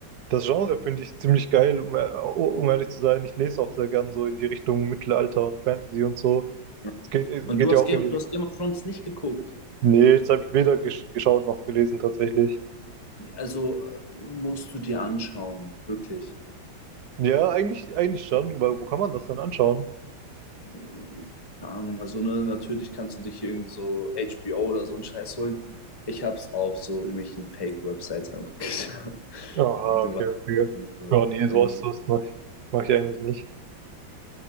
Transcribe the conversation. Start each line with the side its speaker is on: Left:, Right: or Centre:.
Right: das Genre finde ich ziemlich geil, um, e- um ehrlich zu sein. Ich lese auch sehr gern so in die Richtung Mittelalter und Fantasy und so.
Left: Ja.
Right: Es geht, äh,
Left: Und
Right: geht
Left: du hast,
Right: ja auch
Left: Game,
Right: in die
Left: du
Right: Richtung.
Left: hast Game of Thrones nicht geguckt.
Right: Nee, jetzt habe ich weder gesch geschaut noch gelesen tatsächlich.
Left: Also äh, musst du dir anschauen, wirklich.
Right: Ja, eigentlich, eigentlich schon, weil wo kann man das dann anschauen?
Left: Keine Ahnung. Also, ne, natürlich kannst du dich hier irgendwie so HBO oder so einen Scheiß holen. Ich hab's auf so irgendwelchen Fake-Websites einfach <laughs> geschaut.
Right: Aha,
Left: Du
Right: okay,
Left: weißt,
Right: okay.
Left: irgendwie so,
Right: Ja, nee,
Left: irgendwie-
Right: sowas, sowas mach ich, mach ich eigentlich nicht.